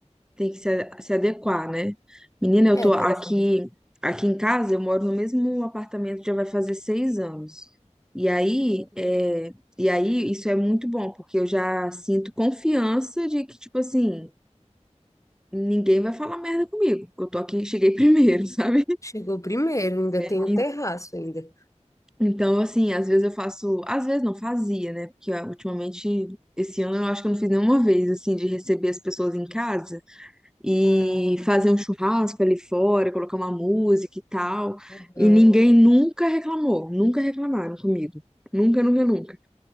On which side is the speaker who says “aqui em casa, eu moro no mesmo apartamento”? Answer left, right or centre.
Centre